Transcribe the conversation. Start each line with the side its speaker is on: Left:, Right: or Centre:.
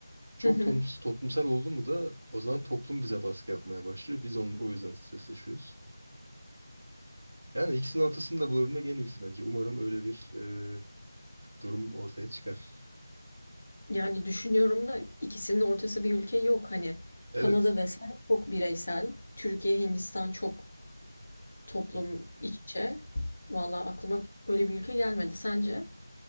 Right: Çok
Left: <laughs>
Right: tom- toplumsal oldu mu da o zaman toplum bize baskı yapmaya başlıyor. Biz onun, o yüzden stres yaşıyoruz. Yani ikisinin ortasını da bulabilmek en iyisi bence. Umarım öyle bir e, durum ortaya çıkar.
Left: Yani düşünüyorum da ikisinin ortası bir ülke yok. Hani
Right: Evet.
Left: Kanada desen çok bireysel, Türkiye, Hindistan çok toplum
Right: hı.
Left: iç içe. Valla aklıma böyle bir ülke gelmedi. Sence?